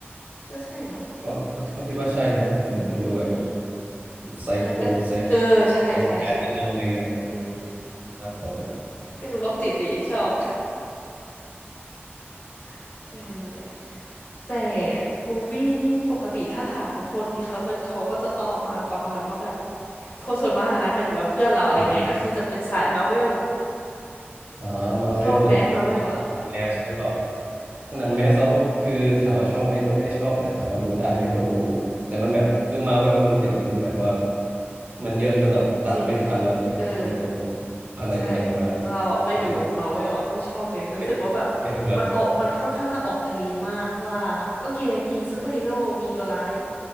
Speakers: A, on the left (about 50°); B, on the right (about 40°).
A: ก็ใช่เนาะ
B: ก็ก็ก็คิดว่าใช่นะเออมันดูแบบ
A: อืม
B: ไซโคไซ
A: อันนั้นก็เออใช่ใช่ใช่
B: ไซแคทนิดนึงอะไรเงี้ยเออ
A: อืม
B: น่ากลัวเหมือนกัน
A: ก็ดูโรคจิตดีชอบ <laughs> เออนั่นแหละแต่มูวี่นี่ปกติถ้าถามทุกคนนี่เขาจะเขาก็จะตอบมาประมาณว่าแบบคนส่วนมากนะหมายถึงว่าเพื่อนเราอะไรเงี้ยก็คือจะเป็นสายมาร์เวล
B: <laughs> อ่าอ่ามาเวลหนัง
A: ชอบไหมมาเวลอะ
B: แมสใช่เปล่าหนังแมสเราก็คือถามว่าชอบไหมก็ไม่ได้ชอบแต่ถามว่าดูได้ไหมก็ดูแต่มันแบบคือมาเวลมันเดี๋ยวนี้มันแบบว่ามันเยอะจนเราตามไม่ทันแล้วเลยเออมันแบบ
A: จริงเออ
B: อะไรอะไรมา
A: ใช่เราอะไม่ดูมาเวลอะไม่ชอบเลยรู้สึกว่าแบบมันออกมันค่อนข้างจะออกทะเลมากว่าโอเคมีซูเปอร์ฮีโร่มีตัวร้าย
B: ตามไม่ ไม่ไม่ดูแล้วหรอก